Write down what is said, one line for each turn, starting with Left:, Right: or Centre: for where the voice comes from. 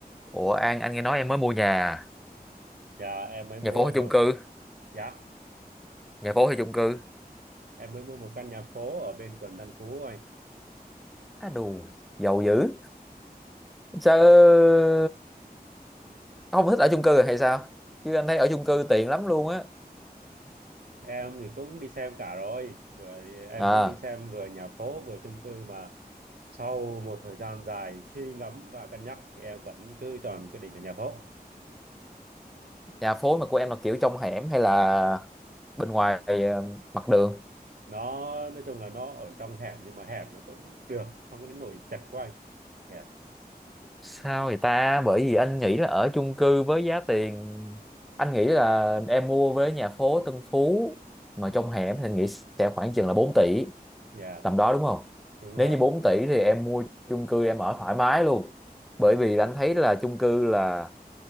Centre: Ủa An, anh nghe nói em mới mua nhà, à?
Right: Dạ em mới mua
Centre: nhà phố hay
Right: một
Centre: chung cư?
Right: dạ
Centre: Nhà phố hay chung cư?
Right: em mới mua một căn nhà phố ở bên quận Tân Phú anh.
Centre: á đù, giàu dữ. Sao ông không thích ở chung cư hay sao? Chứ anh thấy ở chung cư tiện lắm luôn á.
Right: Em thì cũng đi xem cả rồi, vừa đi- em
Centre: À,
Right: cũng đi xem vừa nhà phố vừa chung cư mà sau một thời gian dài suy ngẫm và cân nhắc thì em vẫn cứ chọn quyết định là nhà phố.
Centre: nhà phố mà của em là kiểu trong hẻm hay là bên ngoài ờ, mặt đường?
Right: Nó nói chung là nó ở trong hẻm nhưng mà hẹp nó cũng được, không có đến nỗi chật quá anh. Dạ,
Centre: Sao vậy ta? Bởi vì anh nghĩ là ở chung cư với giá tiền anh nghĩ là em mua với nhà phố Tân Phú mà trong hẻm thì anh nghĩ sẽ khoảng chừng là 4 tỷ
Right: dạ
Centre: tầm đó đúng không
Right: đúng
Centre: nếu
Right: rồi.
Centre: như 4 tỷ thì em mua chung cư em ở thoải mái luôn
Right: Ừ,
Centre: bởi vì anh thấy là chung cư là